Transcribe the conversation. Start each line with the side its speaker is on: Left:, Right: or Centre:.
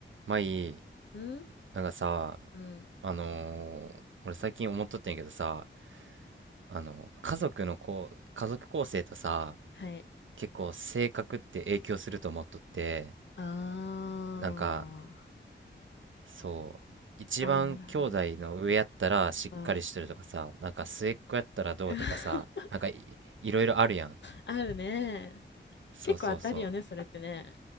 Right: まあいい
Left: うん、
Right: なんかさ
Left: うん。
Right: あのー俺最近思っとってんやけどさあの家族のこう家族構成とさ
Left: はい。
Right: 結構性格って影響すると思っとって
Left: あ
Right: なんかそう一番兄弟の上やったらしっかりしてるとかさなんか末っ子やったらどうとかさなんかい、
Left: あ、ああ、なるほどね。うん。<laughs>
Right: いろいろあるやん
Left: あるね。
Right: そうそうそ
Left: 結構当たるよね、それってね。